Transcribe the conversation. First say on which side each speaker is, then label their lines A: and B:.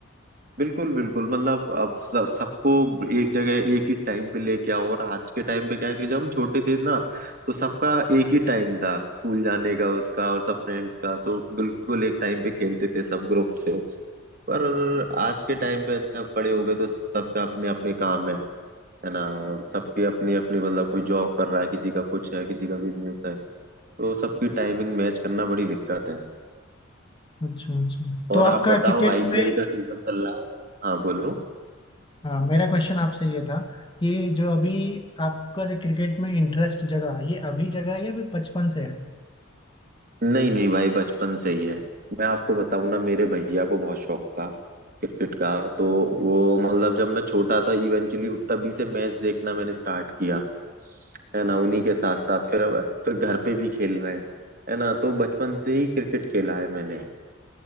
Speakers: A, on the right; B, on the left.
A: बिल्कुल बिल्कुल मतलब अब स- सबको एक जगह एक ही टाइम पे लेके आओ और आज के टाइम पे क्या है कि जब हम छोटे थे ना तो सबका एक ही टाइम था स्कूल जाने का उसका और सब फ्रेंड्स का तो बिल्कुल एक टाइम पे खेलते थे सब ग्रुप से पर आज के टाइम पे जब बड़े हो गए तो सबका अपने अपने काम है है ना और सबकी अपनी अपनी मतलब कोई जॉब कर रहा है किसी का कुछ है किसी का बिजनेस है तो सबकी टाइमिंग मैच करना बड़ी दिक्कत है
B: अच्छा अच्छा
A: और
B: तो
A: आप
B: आपका
A: बताओ
B: क्रिकेट
A: आईपीएल
B: में
A: का सीजन चल रहा है हाँ बोलो
B: हाँ मेरा क्वेश्चन आपसे ये था कि जो अभी आपका जो क्रिकेट में इंटरेस्ट जगह ये अभी जगह है या अभी बचपन से है
A: नहीं नहीं भाई बचपन से ही है मैं आपको बताऊं ना मेरे भैया को बहुत शौक था क्रिकेट का तो वो मतलब जब मैं छोटा था इवेंचुअली तभी से मैच देखना मैंने स्टार्ट किया है ना उन्हीं के साथ साथ फिर अब फिर घर पे भी खेल रहे हैं है ना तो बचपन से ही क्रिकेट खेला है मैंने